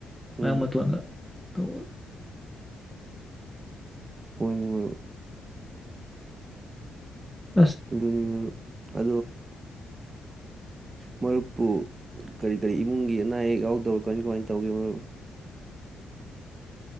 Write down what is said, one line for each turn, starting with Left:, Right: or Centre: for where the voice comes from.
Centre: ꯃꯃꯠꯇ
Right: ꯎꯝ
Centre: ꯋꯥ ꯇ <inaudible>
Right: ꯍꯅꯤ ꯍ
Centre: ꯑꯁ
Right: ꯑꯗꯨꯅꯤ <inaudible> ꯑ ꯃꯔꯨꯞꯄꯨ ꯀꯔꯤ ꯀꯔꯤ ꯏꯃꯨꯡꯒꯤ ꯑꯅꯥ ꯑꯌꯦꯛ ꯌꯥꯎꯗꯕꯥ ꯀꯃꯥꯏ ꯀꯃꯥꯏꯅ ꯇꯧꯒꯦ ꯃꯔꯨꯞ